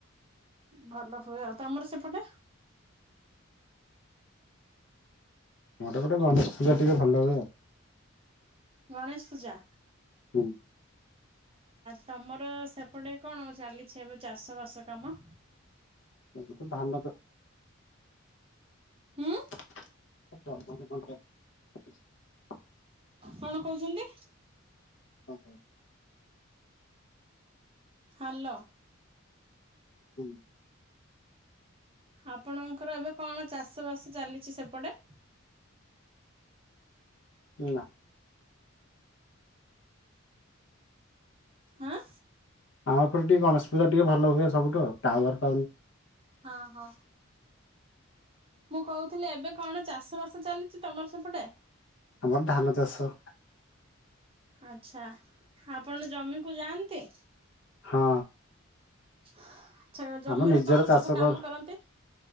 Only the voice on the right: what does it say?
ଭଲ ହୁଏ ଆଉ ତମର ସେପଟେ?
ଗଣେଶ ପୂଜା?
ତମର ସେପଟେ କଣ ଚାଲିଛି ଏବେ ଚାଷ ବାସ କାମ?
ହୁଁ
କଣ କହୁଛନ୍ତି?
ହାଲୋ।
ଆପଣଙ୍କର ଏବେ କଣ ଚାଷ ବାସ ଚାଲିଛି ସେପଟେ?
ଆଁ।
ହଁ ହଁ। ମୁଁ କହୁଥିଲି ଏବେ କଣ ଚାଷ ବାସ ଚାଲିଛି ତମର ସେପଟେ?
ଆଚ୍ଛା ଆପଣ ଜମିକୁ ଯାଆନ୍ତି?
ଆଚ୍ଛା ଜମିରେ
କଣ
ସବୁ କାମ
କରନ୍ତି?